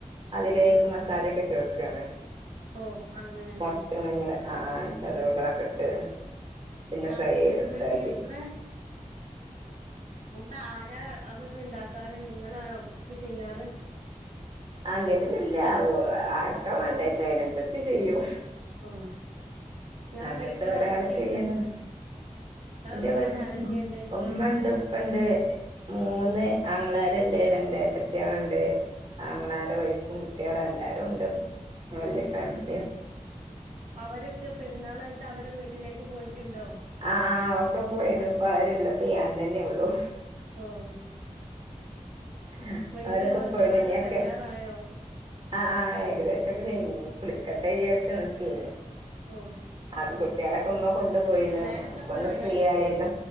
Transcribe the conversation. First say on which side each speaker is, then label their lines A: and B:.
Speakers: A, on the right; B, on the right.
A: അതിലേക്ക്
B: ആഹ്
A: മസാല വെക്കാണ്
B: ഓഹ് അങ്ങനെല്ലേ
A: മൊട്ട ഒന്നിങ്ങനെ ആഹ് ചതവുകളൊക്കെ ഇട്ട് പിന്നെ
B: ഇങ്ങൾക്ക്
A: ഫ്രൈ ചെയ്തെടുത്താമതി
B: ഇങ്ങട്ട് എത്ര എന്നിട്ട് ആരാ അതൊക്കെ ഉണ്ടാക്കാറ് നിങ്ങളാണോ കുക്ക് ചെയ്യാറ്
A: അങ്ങനെയൊന്നില്ല ആർക്കാ വേണ്ടേച്ചാ അതിനനുസരിച്ച് ചെയ്യും
B: ആഹ് ഇങ്ങളെ
A: അങ്ങനത്തെ
B: വീട്ടില്
A: ഒരാള്
B: ആരൊക്കെണ്ട്
A: ചെയ്യുന്നു
B: ഇങ്ങളെ
A: എന്റെ
B: വീട്ടില്
A: വീട്ടിൽ
B: ആരൊക്കെണ്ട്
A: ഉമ്മ ഉണ്ട് ഉപ്പണ്ട് മൂന്ന് ആങ്ങളമാര് ഒണ്ട് രണ്ട് ഏട്ടത്തിയാരുണ്ട് ആങ്ങളമാരുടെ വൈഫും കുട്ടികളും എല്ലാരും ഉണ്ട് വല്യ
B: ആഹ്
A: ഫാമിലിയാ
B: അവരൊക്കെ പെരുന്നാളായിട്ട് അവരുടെ വീട്ടിലേക്ക് പോയിട്ടുണ്ടോ
A: ആഹ് ഒക്കെ പോയേണ് ഇപ്പൊ ആരൂല ഞാൻ തന്നെയുള്ളു
B: ഓഹ്
A: ആഹ്
B: വീട്ടിലെ
A: അവരൊക്കെ
B: വർക്കുകളൊക്കെ
A: പോയിന് ഒക്കെ
B: കയ്യാറായോ
A: ആഹ് ആഹ് ഏകദേശം ഒക്കെ കഴിഞ്ഞ് കുളിക്കട്ടെ വീചാരിച്ച് നിക്കയാനി
B: ഓ
A: അപ്പൊ കുട്ടികളൊക്കെ ഉമ്മ കൊണ്ടു പോയിണ്
B: പിള്ളേരൊക്കെ
A: അപ്പൊ
B: ഇപ്പ
A: ഒന്ന്
B: എവിടെ
A: ഫ്രീ ആയത്